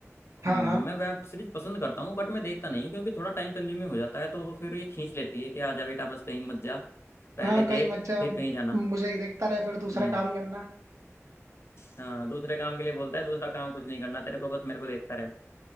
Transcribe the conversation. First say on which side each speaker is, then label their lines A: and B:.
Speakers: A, on the right; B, on the left.
A: हाँ
B: हम्म,
A: हाँ
B: मैं वेब सीरीज पसंद करता हूँ बट मैं देखता नहीं हूँ क्योंकि थोड़ा टाइम कंज्यूमिंग हो जाता है तो फिर ये खींच लेती है कि आजा बेटा बस कहीं मत जा पहले
A: हाँ कहीं
B: देख
A: मत जा
B: फिर कहीं जाना
A: मुझे देखता रहे फिर दूसरे
B: हम्म
A: काम करना
B: हाँ दूसरे काम के लिए बोलता है दूसरा काम कुछ नहीं करना तेरे को बस मेरे को देखता रहे